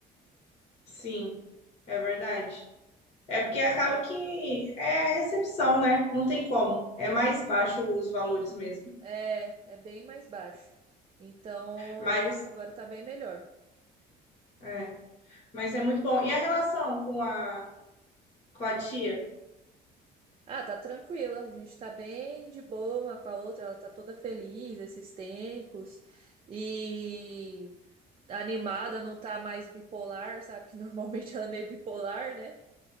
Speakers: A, on the left; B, on the right.
A: Sim, é verdade. É porque
B: Então,
A: acaba que é recepção, né? Não tem como. É mais baixo os valores mesmo.
B: É, é bem mais baixo. Então,
A: Mas
B: agora tá bem melhor.
A: é, mas é muito bom. E a relação com a, com a tia?
B: Ah, tá tranquila. A gente tá bem de boa uma com a outra. Ela tá toda feliz esses tempos. E animada, não tá mais bipolar, sabe? Que <laughs> normalmente ela é meio bipolar, né?